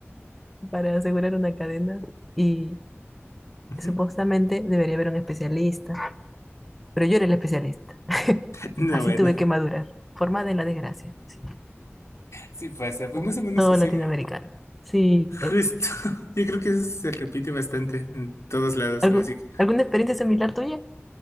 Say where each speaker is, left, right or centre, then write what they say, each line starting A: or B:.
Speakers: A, in the centre; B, on the left.
A: para asegurar una cadena y
B: Ujú.
A: supuestamente debería haber un especialista, pero yo era el especialista. <laughs>
B: <laughs> No,
A: Así
B: bueno.
A: tuve que madurar, formada en la desgracia, sí,
B: Sí pasa, pues
A: como
B: más o menos
A: todo
B: así.
A: latinoamericano.
B: mm,
A: Sí, eh,
B: Justo. <laughs> Yo creo que eso se repite bastante en todos lados,
A: ¿algo-
B: ahora sí que-
A: ¿alguna experiencia similar tuya?